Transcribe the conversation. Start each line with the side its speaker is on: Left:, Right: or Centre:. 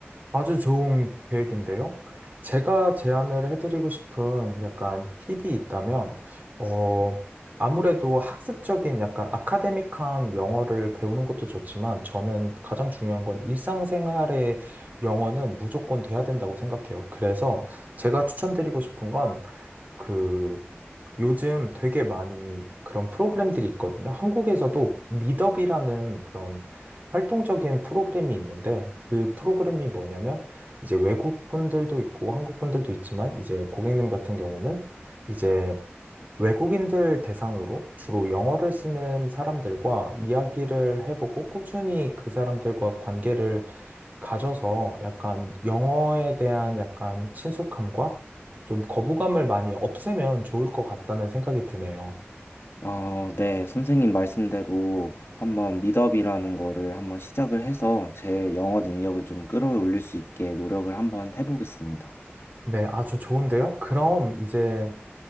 Right: 아주 좋은 계획인데요. 제가 제안을 해드리고 싶은 약간 팁이 있다면, 어, 아무래도 학습적인 약간 아카데믹한 영어를 배우는 것도 좋지만, 저는 가장 중요한 건 일상생활의 영어는 무조건 돼야 된다고 생각해요. 그래서 제가 추천드리고 싶은 건, 그, 요즘 되게 많이 그런 프로그램들이 있거든요. 한국에서도 미더비라는 그런 활동적인 프로그램이 있는데 그 프로그램이 뭐냐면 이제 외국 분들도 있고 한국 분들도 있지만 이제 고객님 같은 경우는 이제 외국인들 대상으로 주로 영어를 쓰는 사람들과 이야기를 해보고 꾸준히 그 사람들과 관계를 가져서 약간 영어에 대한 약간 친숙함과 좀 거부감을 많이 없애면 좋을 것 같다는 생각이 드네요.
Left: 아, 네. 선생님 말씀대로 한번 미더비라는 거를 한번 시작을 해서 제 영어 능력을 좀 끌어올릴 수 있게 노력을 한번 해보겠습니다.
Right: 네, 아주 좋은데요. 그럼 이제